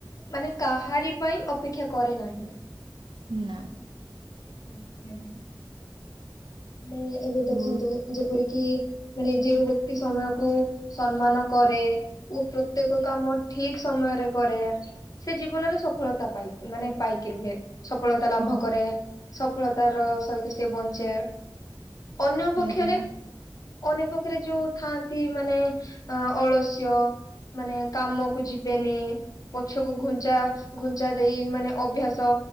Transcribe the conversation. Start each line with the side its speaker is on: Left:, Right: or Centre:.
Left: ମାନେ କାହାରି ପାଇଁ ଅପେକ୍ଷା କରେ ନାହିଁ।
Right: ନା।
Left: <inaudible> ମାନେ ଏବେ ଦେଖନ୍ତୁ
Right: ବହୁତ
Left: ଯେପରିକି ମାନେ ଯୋଉ ବ୍ୟକ୍ତି ସମୟକୁ ସମ୍ମାନ କରେ ଓ ପ୍ରତ୍ୟେକ କାମ ଠିକ ସମୟରେ କରେ। ସେ ଜୀବନରେ ସଫଳତା ପାଇ ମାନେ ପାଇକି ରୁହେ। ସଫଳତା ଲାଭ
Right: ହଁ
Left: କରେ ସଫଳତା ର ସହିତ ସେ ବଞ୍ଚେ। ଅନ୍ୟ ପକ୍ଷରେ
Right: ଆଜ୍ଞା
Left: ଅନ୍ୟ ପକ୍ଷରେ ଯୋଉ ଥାଆନ୍ତି ମାନେ ଅ, ଅଳସ୍ୟ ମାନେ କାମକୁ ଯିବେନି। ପଛକୁ ଘୁଞ୍ଚା ଘୁଞ୍ଚା ଦେଇ ମାନେ ଅଭ୍ୟାସ